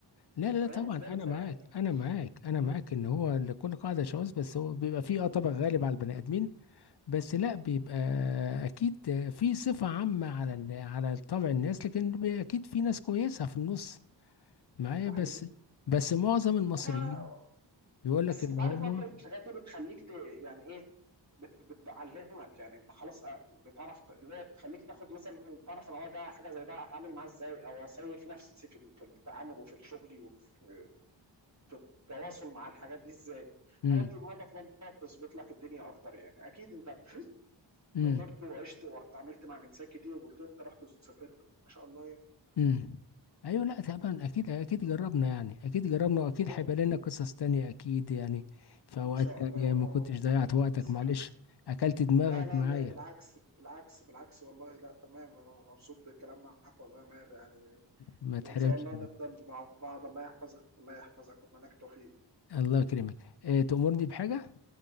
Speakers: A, on the left; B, on the right.
A: لا لا لا
B: فهي
A: طبعا
B: مختلفة
A: انا معاك
B: يعني
A: انا معاك انا
B: م،
A: معاك ان هو لكل قاعده شواذ بس هو بيبقى فيه اه طبع غالب على البني ادمين بس لا بيبقى اكيد في صفه عامه على ال- على طبع الناس لكن بي- اكيد في ناس كويسه في النص معايا
B: صحيح
A: بس بس معظم المصريين
B: هو
A: يقول
B: بس
A: لك ان
B: انت
A: هم
B: عارف برضه الحاجات دي بتخليك ت... يعني ايه بت... بتعلمك يعني انت خلاص أ- بتعرف ت- اللي هي بتخليك تاخد مثلا تعرف ان هو ده حاجه زي ده هتعامل معاه ازاي او اسيف نفسي في ال- في التعامل وفي الشغل وفي في التواصل مع الحاجات دي ازاي
A: امم
B: الحاجات دي مره في مره بتظبط لك الدنيا اكتر يعني اكيد انت
A: امم
B: جربت وعشت واتعاملت مع جنسيات كتير وقلت انت رحت وسافرت ما شاء الله يعني.
A: امم ايوه لا طبعا اكيد اكيد جربنا يعني اكيد جربنا واكيد
B: مم.
A: هيبقى لنا قصص تانية اكيد يعني في اوقات
B: ان شاء
A: تانية
B: الله
A: ما
B: اه
A: كنتش ضيعت وقتك
B: صحيح
A: معلش اكلت دماغك
B: لا لا
A: معايا
B: لا بالعكس بالعكس بالعكس والله لا تمام انا مبسوط بالكلام معاك والله يا ماهر يعني
A: ما تحرمش
B: وان شاء الله نفضل مع بعض الله يحفظك الله يحفظك واتمنى لك توفيق
A: الله يكرمك إيه تأمرني بحاجة